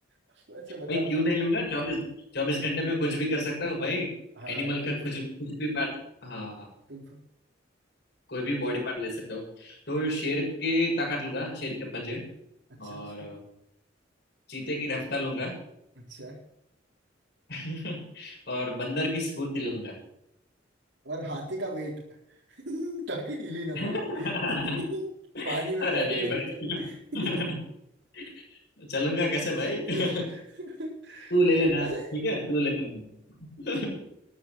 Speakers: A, on the right (about 65°); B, on the left (about 60°).
A: अच्छा बता
B: भाई
A: बता
B: क्यों नहीं लूंगा चौबीस चौबीस घंटे में कुछ भी कर सकता हूँ भाई
A: हाँ
B: एनिमल
A: विनफिट
B: का कुछ कुछ भी पार्ट हाँ हाँ
A: विनफिट
B: कोई भी बॉडी पार्ट ले सकता हूँ तो
A: हाँ
B: शेर की ताकत लूंगा शेर के पंजे
A: अच्छा
B: और
A: अच्छा
B: चीते की रफ्तार लूंगा
A: अच्छा
B: <laughs> और बंदर की स्फूर्ति लूंगा
A: और हाथी का वेट <laughs> ताकि हिल ही ना
B: हाँ
A: पाए <laughs>
B: <laughs>
A: पानी में
B: अरे
A: जाए
B: नहीं
A: डूब
B: भाई
A: जाए <laughs>
B: <laughs> चलूंगा कैसे भाई
A: <laughs>
B: <laughs> तू ले लेना
A: अच्छा
B: ठीक है तू ले लेना <laughs>